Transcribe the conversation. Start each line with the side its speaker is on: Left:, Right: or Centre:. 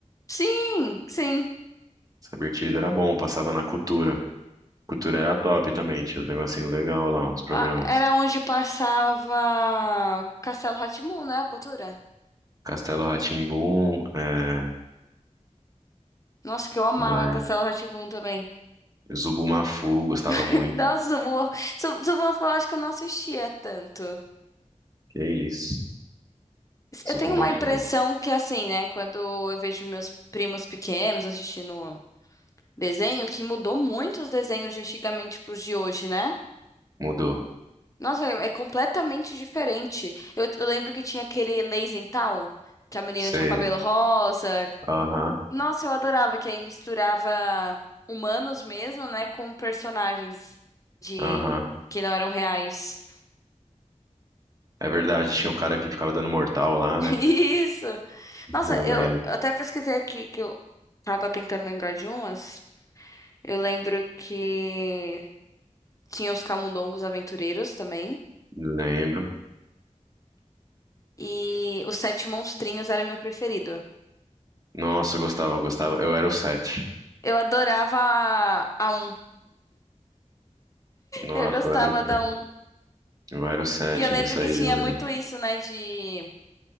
Left: Sim, sim.
Right: Cyber Chase era bom, passava na Cultura. Cultura era top também, tinha os negocinhos legal lá, uns programas.
Left: Ah, Era onde passava Castelo rá né? A cultura.
Right: Castelo rá tim é,
Left: Nossa, que eu amava
Right: que mais?
Left: Castelo rá também.
Right: Zubumafu, gostava
Left: <laughs>
Right: muito.
Left: Nossa, Suburbão, eu acho que eu não assistia tanto.
Right: Que isso?
Left: Eu
Right: Zubumafu.
Left: tenho uma impressão que, assim, né? Quando eu vejo meus primos pequenos assistindo desenho, que mudou muito os desenhos de antigamente pros de hoje, né?
Right: Mudou.
Left: Nossa, é é completamente diferente. Eu, eu lembro que tinha aquele Lazy Town, que a menina
Right: Sei.
Left: tinha o cabelo rosa.
Right: Aham,
Left: Nossa, eu adorava, que aí misturava humanos mesmo, né, com personagens de
Right: aham.
Left: que não eram reais.
Right: É verdade, tinha o cara que ficava dando mortal lá,
Left: <laughs> Isso!
Right: né?
Left: Nossa,
Right: Eu
Left: eu
Right: lembro.
Left: eu até pesquisei aqui que eu tava tentando lembrar de umas. Eu lembro que tinha os Camundongos Aventureiros também.
Right: Lembro.
Left: E os Sete Monstrinhos era meu preferido.
Right: Nossa, eu gostava, eu gostava. Eu era o sete.
Left: Eu adorava a 1.
Right: Nossa,
Left: Eu gostava
Right: eu era o, se-
Left: da um.
Right: eu era o 7
Left: E eu lembro
Right: nisso
Left: que
Right: aí,
Left: tinha
Right: eu lembro.
Left: muito isso, né? De